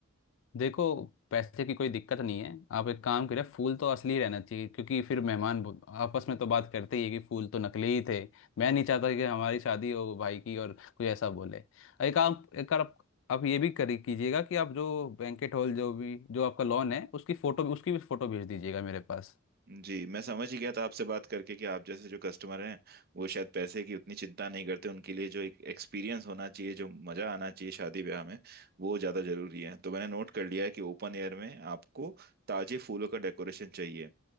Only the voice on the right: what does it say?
जी मैं समझ ही गया था आपसे बात करके कि आप जैसे जो कस्टमर हैं वो शायद पैसे की उतनी चिंता नहीं करते उनके लिए जो एक एक्सपीरियंस होना चाहिए जो मजा आना चाहिए शादी ब्याह में वो ज्यादा जरूरी है तो मैंने नोट कर लिया है कि ओपन एयर में आपको ताजे फूलों का डेकोरेशन चाहिए